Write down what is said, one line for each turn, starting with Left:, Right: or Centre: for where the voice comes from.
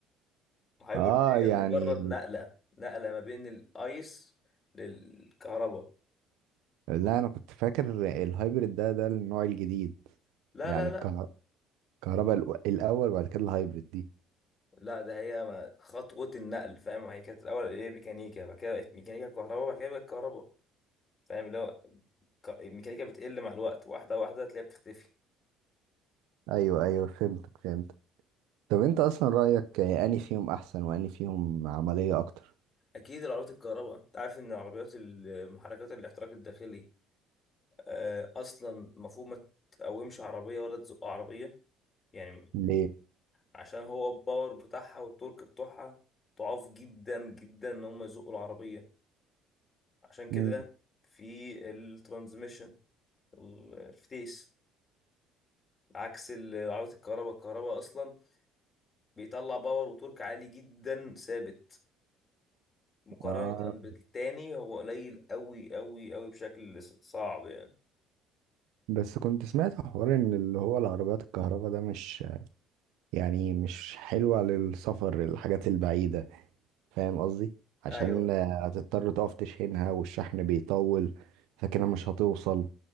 Left: الهايبرد
Right: اه
Left: هي
Right: يعني
Left: مجرد نقلة نقلة ما بين الايس للكهرباء
Right: لا انا كنت فاكر الهايبريد ده ده النوع الجديد
Left: لا
Right: يعني
Left: لا لا
Right: الكهر- الكهرباء الأو- الاول وبعد كده الهايبريد دي
Left: لا ده هي ما- خطوة النقل فاهم هي كانت الأول ايه ميكانيكا بعد كده بقت ميكانيكا كهرباء بعد كده بقت كهرباء فاهم اللي هو ك- الميكانيكا بتقل مع الوقت واحدة واحدة تلاقيها بتختفي
Right: ايوه ايوه فهمتك فهمتك طب انت اصلا رأيك اني فيهم احسن واني فيهم عملية اكتر
Left: أكيد العربيات الكهرباء أنت عارف إن العربيات المحركات الاحتراق الداخلي آه، أصلا المفروض ما تقومش عربية ولا تزق عربية يعني
Right: ليه
Left: عشان هو الباور بتاعها والتورك بتوعها ضعاف جدا جدا إن هم يزقوا العربية عشان كده
Right: مم.
Left: في الترانزميشن الفتيس عكس ال- عربية الكهرباء الكهرباء أصلا بيطلع باور وتورك عالي جدا ثابت مقارنة
Right: اه
Left: بالتاني هو قليل أوي أوي أوي بشكل ص- صعب يعني
Right: بس كنت سمعت حوار ان اللي هو العربيات الكهرباء ده مش يعني مش حلوة للسفر الحاجات البعيدة فاهم قصدي عشان
Left: أيوه
Right: آه، هتضطر تقف تشحنها والشحن بيطول فكده مش هتوصل